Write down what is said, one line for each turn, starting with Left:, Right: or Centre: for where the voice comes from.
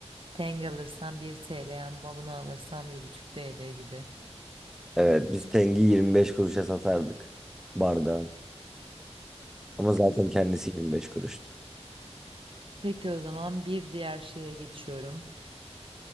Right: Tenge alırsan 1 TL ama bunu alırsan 1,5 TL gibi.
Centre: Evet biz Teng'i 25 kuruşa satardık bardağı. Ama zaten kendisi 25 kuruştu.
Right: Peki o zaman bir diğer şeye geçiyorum.